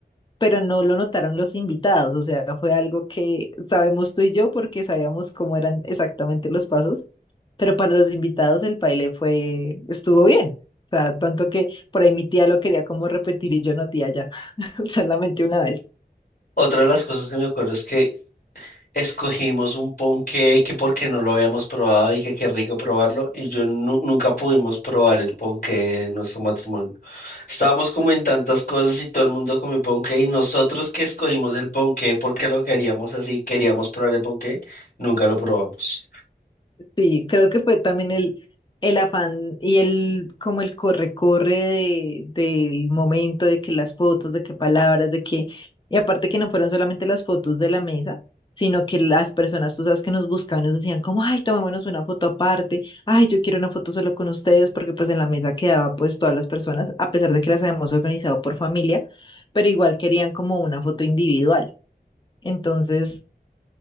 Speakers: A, on the left (about 30°); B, on the left (about 60°).
A: pero no lo notaron los invitados, o sea, fue algo que sabemos tú y yo porque sabíamos cómo eran exactamente los pasos, pero para los invitados el baile fue, estuvo bien, o sea, tanto que por ahí mi tía lo quería como repetir y yo no, tía, ya, <laughs> solamente una vez.
B: Otra de las cosas que me acuerdo es que escogimos un ponqué que porque no lo habíamos probado y que qué rico probarlo y yo nu- nunca pudimos probar el ponqué en nuestro matrimonio. Estábamos como en tantas cosas y todo el mundo comió ponqué y nosotros que escogimos el ponqué porque lo queríamos así, queríamos probar el ponqué, nunca lo probamos.
A: Sí, creo que fue también el, el afán y el como el corre-corre de, del momento, de que las fotos, de que palabras, de que, y aparte que no fueron solamente las fotos de la mesa, sino que las personas, tú sabes, que nos buscaban, nos decían como, ay, tomémonos una foto aparte, ay, yo quiero una foto solo con ustedes, porque pues en la mesa quedaba pues todas las personas, a pesar de que las habíamos organizado por familia, pero igual querían como una foto individual. Entonces...